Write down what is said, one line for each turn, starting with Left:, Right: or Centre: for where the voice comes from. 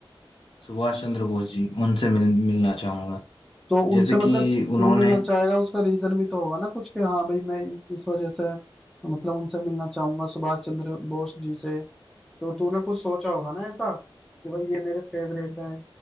Left: सुभाष चंद्र बोस जी उनसे मिल मिलना चाहूंगा
Centre: तो उनसे
Left: जैसे
Centre: मतलब
Left: कि उन्होंने
Centre: क्यों मिलना चाहेगा उसका रीजन भी तो होगा ना कुछ कि हाँ भाई मैं इस इस वजह से मतलब उनसे मिलना चाहूंगा सुभाष चंद्र बोस जी से तो तूने कुछ सोचा होगा ना ऐसा कि भाई ये मेरे फेवरेट है